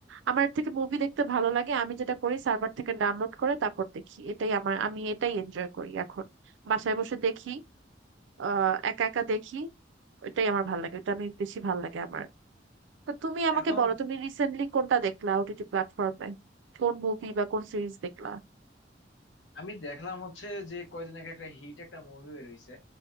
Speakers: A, on the right (about 80°); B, on the left (about 80°).
A: আমার এর থেকে মুভি দেখতে ভালো লাগে আমি যেটা করি সার্ভার থেকে ডাউনলোড করে তারপর দেখি এটাই আমার আমি এটাই এনজয় করি এখন বাসায় বসে দেখি আহ একা একা দেখি ওইটাই আমার ভালো লাগে ওটা আমি বেশি ভালো লাগে আমার তা তুমি আমাকে
B: এখন
A: বলো তুমি রিসেন্টলি কোনটা দেখলা ওটিটি প্ল্যাটফর্মে কোন মুভি বা কোন সিরিজ দেখলা
B: আমি দেখলাম হচ্ছে যে কয়দিন আগে একটা হিট একটা মুভি বের হইছে